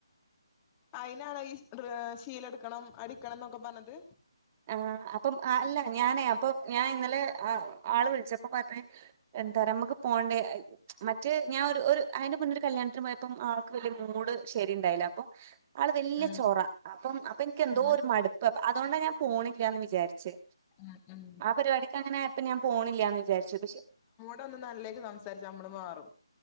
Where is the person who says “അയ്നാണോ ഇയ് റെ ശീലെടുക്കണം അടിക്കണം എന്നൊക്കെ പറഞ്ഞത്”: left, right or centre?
Left